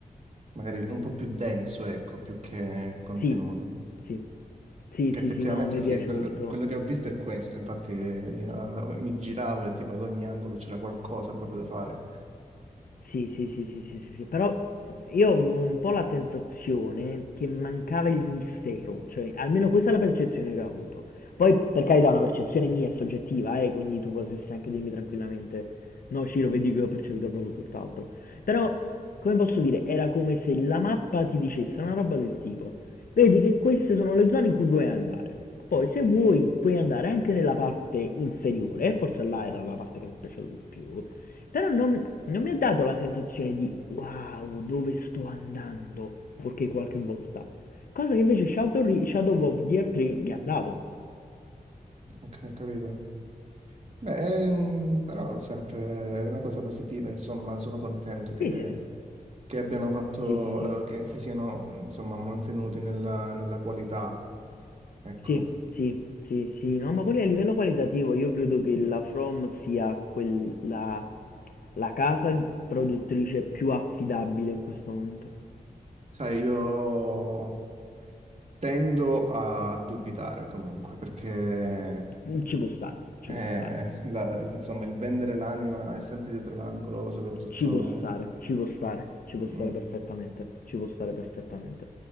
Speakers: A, on the right; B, on the left.
A: magari un po' più denso, ecco, più che contenuto.
B: Sì, sì. Sì,
A: Che effettivamente
B: sì, sì, no, a me
A: sì,
B: piace
A: quello,
B: molto.
A: quello che ho visto è questo, infatti eh, io, eh, mi giravo e tipo ad ogni angolo c'era qualcosa proprio da fare.
B: Sì, sì, sì, sì, sì, sì, sì. Però io avevo un po' la sensazione che mancava il mistero, cioè almeno questa è la percezione che ho avuto. Poi, per carità, è una percezione mia è soggettiva, eh, quindi tu potresti anche dirmi tranquillamente, no, Ciro, vedi che ho percepito proprio tutt'altro. Però, come posso dire, era come se la mappa ti dicesse una roba del tipo. Vedi che queste sono le zone in cui vuoi andare. Poi se vuoi puoi andare anche nella parte inferiore, forse là era la parte che mi piaceva di più, però non, non mi ha dato la sensazione di wow, dove sto andando, perché qualche volta. Cosa che invece Shadow, Re- Shadow of Gear 3 mi ha dato.
A: Ok, capito. Beh, ehm, però sempre è una cosa positiva, insomma, sono contento che,
B: Sì, sì, sì.
A: che abbiano fatto,
B: Sì, sì, sì.
A: eh, che si siano, insomma, mantenuti nella, nella qualità, ecco.
B: Sì, sì, sì, sì. No, ma quelli a livello qualitativo io credo che la From sia quella, la casa produttrice più affidabile in questo momento.
A: Sai, io tendo a dubitare comunque perché
B: Mm, Ci può stare, ci
A: eh,
B: può stare,
A: la- insomma il vendere l'anima è sempre dietro l'angolo, soprattutto,
B: ci può stare, ci può stare, ci può
A: mm,
B: stare perfettamente, ci può stare perfettamente.